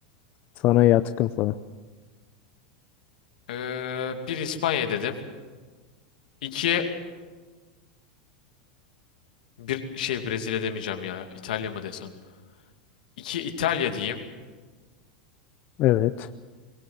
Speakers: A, on the left; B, on the left.
A: sana yatkın falan.
B: Ee, bir İspanya dedim. İki bir şey Brezilya demeyeceğim ya. İtalya mı desem? İki İtalya diyeyim.
A: Evet.